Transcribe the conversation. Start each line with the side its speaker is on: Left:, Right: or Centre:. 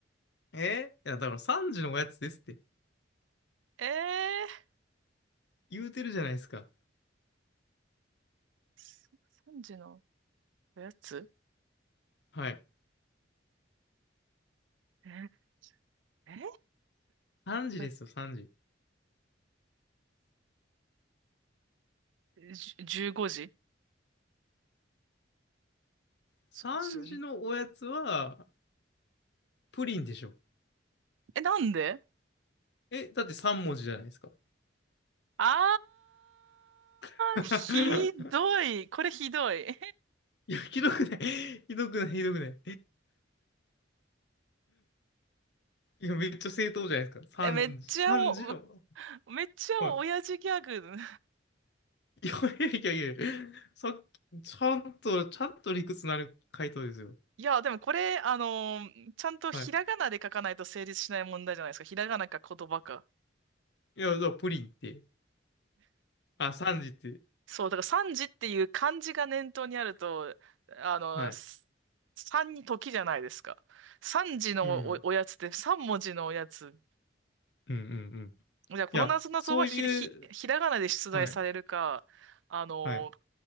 Left: えいや、だから3時のおやつですって
Right: ええ
Left: 言うてるじゃないですか。
Right: ー、3時のおやつ
Left: はい。
Right: え、え
Left: 3時ですよ、
Right: ー、
Left: 3時。
Right: <laughs> じゅ15時
Left: 3時のおやつは、
Right: すす
Left: プリンでしょ。
Right: え、なんで
Left: え、だって3文字じゃないですか。
Right: あ
Left: <laughs>
Right: ー、ひどい。これひどい。<laughs>
Left: いや、ひどくない。<laughs> ひどくない、ひどくない。いや、めっちゃ正当じゃないですか。三時、
Right: え、めっちゃお、
Left: 3時の。
Right: めっちゃ親父ギャグ。
Left: はい。いやいやいやいや、さっき、ちゃんと、ちゃんと理屈のある回答ですよ。
Right: いや、でもこれ、あのーちゃんとひらがなで書かないと成立しない問題じゃないですか。
Left: はい。
Right: ひらがなか言葉か。
Left: いや、だからプリンって、あ、三時って、
Right: そう、だから三時っていう漢字が念頭にあると、あの、
Left: はい。
Right: す三に時じゃないですか。三時のお、
Left: うん。
Right: おやつって三文字のおやつ。
Left: うんうんうん。
Right: じゃあ、このなぞなぞはひ、
Left: いや、そういう、
Right: ひ、ひらがなで出題されるか、
Left: はい、
Right: あの、
Left: はい、